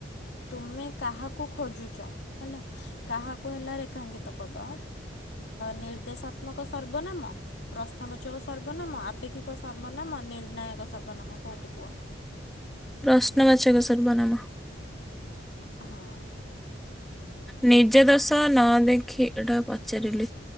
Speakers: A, on the left; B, in the centre.
A: ତୁମେ କାହାକୁ ଖୋଜୁଚ ହେଲା। କାହାକୁ ହେଲା ରେଖାଙ୍କିତ ପଦଅ ନିର୍ଦ୍ଦେଶାତ୍ମକ ସର୍ବନାମ ପ୍ରଶ୍ନବାଚକ ସର୍ବନାମ ଆପେକ୍ଷିକ ସର୍ବନାମ ନିର୍ଣ୍ଣାୟକ ସର୍ବନାମ କୋଉଠି କୁହ।
B: ପ୍ରଶ୍ନ ବାଚକ ସର୍ବନାମ।
A: ହଁ।
B: ନିଜ ଦୋଷ ନ ଦେଖି ଏଇଟା ପଚାରିଲି।